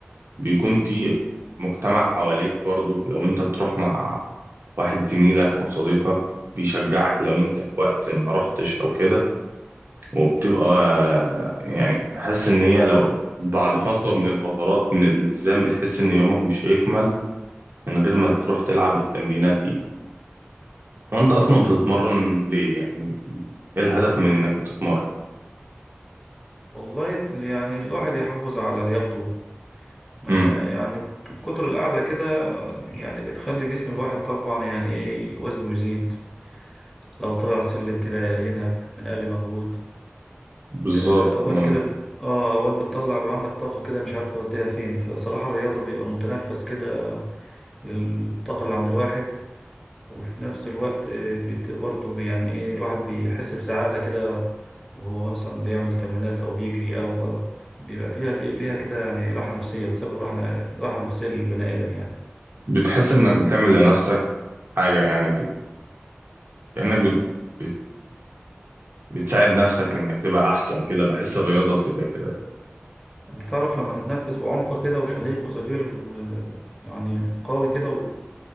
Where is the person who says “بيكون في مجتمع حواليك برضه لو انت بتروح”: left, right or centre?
Right